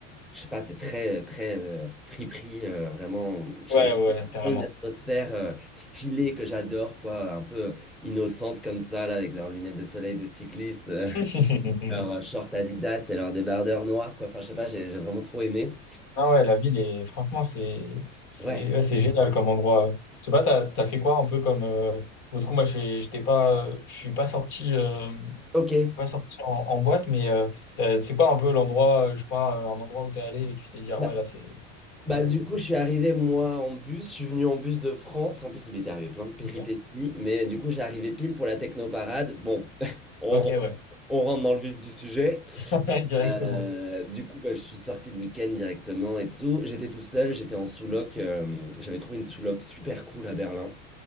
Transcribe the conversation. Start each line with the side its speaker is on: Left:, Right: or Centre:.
Centre: je sais pas, c'est très, euh, très euh, friperie, euh, vraiment, je
Left: ouais
Centre: sais pas,
Left: ouais
Centre: il y a vraiment
Left: carrément
Centre: une atmosphère euh, stylée que j'adore, quoi, un peu innocente comme ça, là, avec leurs lunettes de soleil de cycliste. <laughs>
Left: <laughs>
Centre: Leur euh, short Adidas et leur débardeur noir, quoi. Enfin, je sais pas, j'ai j'ai vraiment trop aimé.
Left: Ah ouais, la ville est franchement c'est c'est
Centre: Ouais.
Left: ouais, c'est génial comme endroit. Je sais pas, t'as t'as fait quoi un peu comme euh, bon, du coup moi je suis- j'étais pas euh, je suis pas sorti euh,
Centre: Ok.
Left: pas sorti en, en boîte mais euh, t'as- c'est quoi un peu l'endroit euh, je sais pas euh, un endroit où t'es allé et tu t'es dit ah
Centre: Bah,
Left: ouais là c'est c'est
Centre: bah,
Left: cool.
Centre: du
Left: euh.
Centre: coup, je suis arrivé, moi, en bus. Je suis venu en bus de France. En plus, il m'était arrivé plein de péripéties.
Left: Ok
Centre: Mais du coup, j'ai arrivé pile pour la technoparade. Bon, <laughs> on
Left: ok
Centre: rentre,
Left: ouais
Centre: on rentre dans le vif du sujet.
Left: <laughs> directement.
Centre: Euh, du coup, bah, je suis sorti le week-end directement et tout. J'étais tout seul, j'étais en sous-loc. euh, j'avais trouvé une sous-loc super cool à Berlin.